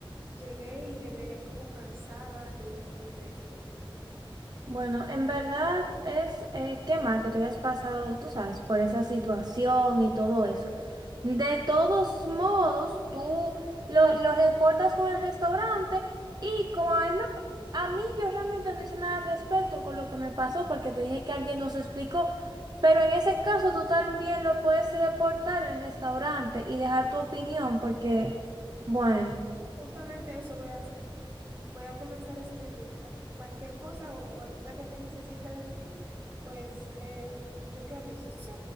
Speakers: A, on the right; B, on the right.
A: llegué y llegué como cansada y muy triste.
B: Bueno, en verdad es eh, qué mal que tú hayas pasado, tú sabes, por esa situación y todo eso. De todos modos, tú lo, lo reportas con el restaurante y como a mí, me pa- a mí yo realmente no hice nada al respecto con lo que me pasó porque te dije que alguien nos explicó, pero en ese caso tú también lo puedes reportar el restaurante y dejar tu opinión porque, bueno,
A: Justamente eso voy a hacer. Voy a comenzar a escribirla. Cualquier cosa o, o ayuda que te necesite de ti, pues eh, yo te aviso. Sí,